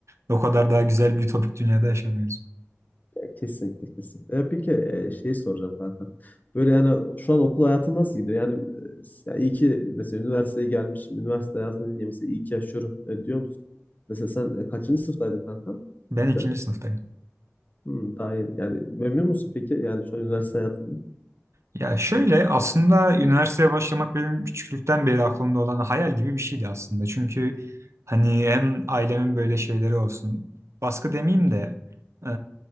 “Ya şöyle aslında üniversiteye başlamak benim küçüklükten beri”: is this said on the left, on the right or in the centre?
Right